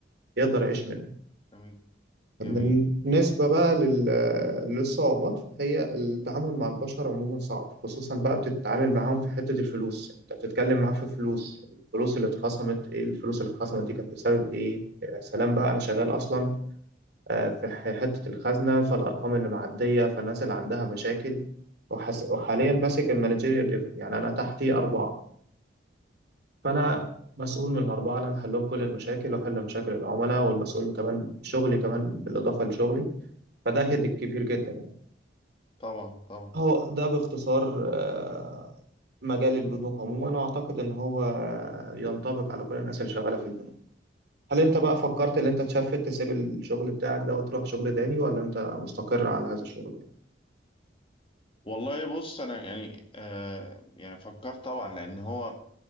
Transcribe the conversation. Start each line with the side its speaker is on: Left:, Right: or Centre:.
Right: يقدر يعيش منه
Left: جميل
Right: بالنسبة
Left: جميل
Right: بقى لل- للصعوبات فهي التعامل مع البشر عموما صعب خصوصا بقى بتتعامل معاهم في حتة الفلوس انت بتتكلم معاه في فلوس الفلوس اللي اتخصمت ايه الفلوس اللي اتخصمت دي كانت بسبب ايه يا سلام بقى انا شغال اصلا آه، في ح- حتة الخزنة فالارقام اللي معدية فالناس اللي عندها مشاكل وحس... وحاليا
Left: مم.
Right: ماسك المانجيريال ليفل يعني انا تحتي اربعة فانا
Left: اه
Right: مسؤول من الأربعة اللي أنا أحلهم كل المشاكل وأحل مشاكل العملاء والمسؤول كمان شغلي كمان بالإضافة لشغلي فده هيدك كبير جدا يعني
Left: طبعا طبعا
Right: هو ده باختصار آه، مجال البنوك عموما واعتقد ان هو ينطبق على كل الناس اللي شغاله في البنوك هل انت بقى فكرت ان انت تشفت تسيب الشغل بتاعك ده وتروح شغل تاني ولا انت مستقر على هذا الشغل يعني
Left: والله بص انا يعني آه يعني فكرت طبعا لان هو